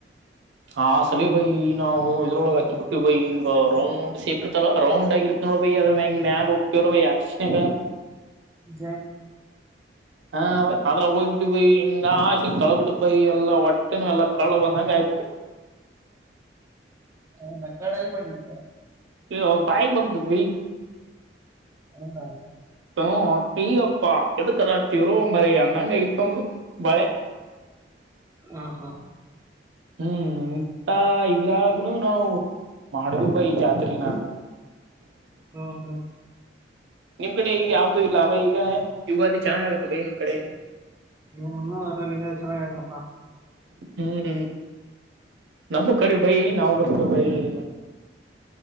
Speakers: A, on the right; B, on the right.
A: ಹ ಸಲ ಬೈ ನಾವು ಇದ್ರೊಳಗ ಹಾಕಿ ಬಿಿಟ್ಟು ಬೈ ಒ ರೌಂಡ್ ಶೇಪ್ ಇರ್ತಲ್ಲ ರೌಂಡ್ ಆಗಿರ್ತ ಅದ್ರ ಮ ಮ್ಯಾ ಗೋಗಪ್ಪಿ ಅಕ್ಷಣ
B: ಜ
A: ಹಾ ಬಯ ಅದ್ರಾಗ ಹೋಗ್ ಬಿಿಡಿ ಬೈ ಹಿಂಗ ಆ ಹಂಗ್ ತಳ ಬಿಟ್ಟತ್ ಬೈಯ ಎಲ್ಲ ಹೊಟ್ಟೆನು ಎಲ್ಲ ಕಳ್ಳಳ ಬಂದಂಗ ಆಯಬಿಟ್ಟು
B: ಹೌದ ಕಳಲ್ಲಿ ಬಂದಿತ
A: ಕೆ ಭಾಯ ಬ ಭ
B: ಹೌದೌ
A: ಹ ಈಗಪ್ಪಾ ಎದಕ ರಾತವ್ರುೋ ಮರ ಅಣ್ಣಂಗ ಇತ್ತೊಂದ ಬಳೆ
B: ಹ ಹೋ
A: ಹ್ಮ್ ಇಂತ ಇದ್ರಾಗ ನಾವು ಮಾಡ್ದ ಬ ಈ ಜಾತ್ರನ
B: ಹ್ಮ ಹ್ಮ್
A: ನಿಮ್ ಕಡೆ ಈಗ ಯಾವ್ದೂ ಇಲ್ಲ ಅವ ಈಗ ಯುಗಾದಿ ಚೆನ್ನಾಗ್ ಆಗತ್ತ ಭೈ ನಿಮ್ ಕಡೆ
B: ಏನನು ಅರಲ್ಲಿ ಚೆನ್ನಾಗ ಆಯ್ತಾ
A: ಹ್ಮ್ ನಮೂ ಕರಿ ಬೈ ನಾವು ಬರ್ತೇವೆ ಬೈ ನಮ